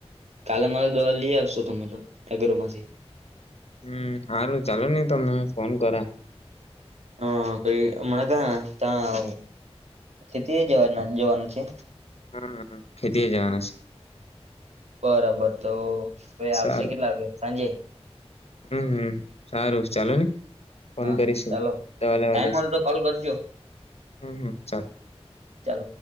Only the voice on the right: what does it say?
કાલે મારે દવા લઈ આવશો તમે તો એગ્રમાંથી
હ કઈ હમણા ક ત્યાં ખેતી જવા જવાનું છે
બરાબર તો કોઈ આવશે
કેટલા વાગે સાંજે
હા
ચાલો
ટાઈમ
હોય તો કોલ કરજો
ચાલો